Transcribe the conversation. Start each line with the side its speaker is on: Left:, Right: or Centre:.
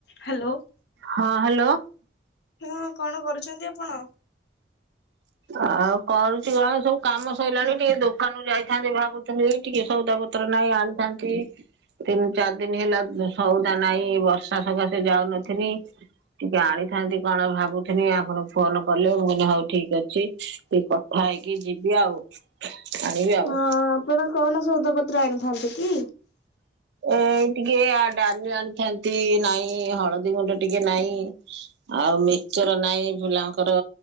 Left: Hello.
Right: ହଁ hello.
Left: ହୁଁ କଣ କରୁ ଛନ୍ତି ଆପଣ?
Right: ଆଉ କରୁଛି କଣ? ସବୁ କାମ ସରିଲାଣି ଟିକେ ଦୋକାନକୁ ଯାଇଥାନ୍ତି ଭାବୁ କାନ ଯାଇ ଟିକେ ସଉଦା ପତ୍ର ନାଇଁ ଆଣିଥାନ୍ତି। ତିନି ଚାରି ଦିନ ହେଲା ସଉଦା ନାଇ। ବର୍ଷ ର୍ଷା ସକାଶେ ଯାଉନଥଥିନି। ଟିକେ ଆଣିଥାନ୍ତି କଣ ଭାବୁିଥିନି ଆପଣ ଫୋନ କଲେ ମୁଁ କହିଲି ହଉ ଠିକ ଅଛି ଟିକେ କଥା ହେଇକି ଯିବି ଆଉ। ଆଣିବି ଆଉ।
Left: ହଁ ଆପଣ କଣ ସଉଦାପତ୍ର ଆଣିଥାନ୍ତି କି?
Right: ଏ ଟିକେ ଡାଲି ଆଣିଥାନ୍ତି ନାଇ‌ ହଳଦୀ ଗୁଣ୍ଡ ଟିକେ ନାଇ। ଆଉ ମିକ୍ଚର ନାଇଁ ପିଲାଙ୍କର।